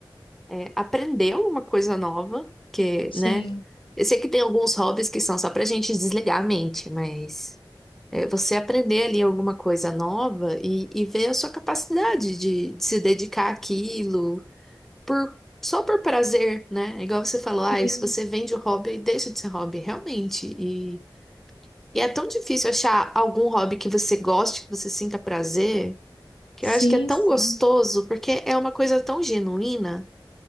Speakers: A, in the centre; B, on the left.
A: é, aprender alguma coisa nova, que,
B: Sim,
A: né? Eu sei que tem alguns hobbies que são só pra gente desligar a mente, mas. É, você aprender ali alguma coisa nova e, e ver a sua capacidade de, de se dedicar àquilo por, só por prazer, né? Igual você falou, ah,
B: sim,
A: se você vende o hobby, deixa de ser hobby, realmente. E, e é tão difícil achar algum hobby que você goste, que você sinta prazer, que
B: sim,
A: eu acho que é tão
B: sim,
A: gostoso, porque é uma coisa tão genuína